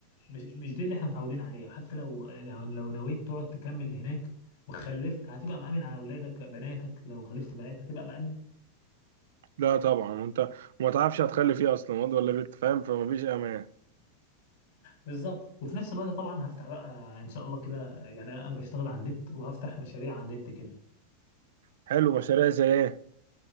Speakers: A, on the left (about 60°); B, on the right (about 80°).
A: مش مش دي اللي احنا متعودين عليها حتى لو لو لو نويت تقعد تكمل هناك وخلفت هتبقى مأمن على اولادك بناتك لو خلفت بنات هتبقى مأمن
B: لا طبعا وانت وما تعرفش هتخلي فيه اصلا واد ولا بنت فاهم فما فيش امان
A: بالظبط وفي نفس الوقت طبعا هفتح بقى ان شاء الله كده يعني انا أنا بشتغل على النت وهفتح مشاريع على النت كده
B: حلو مشاريع زي ايه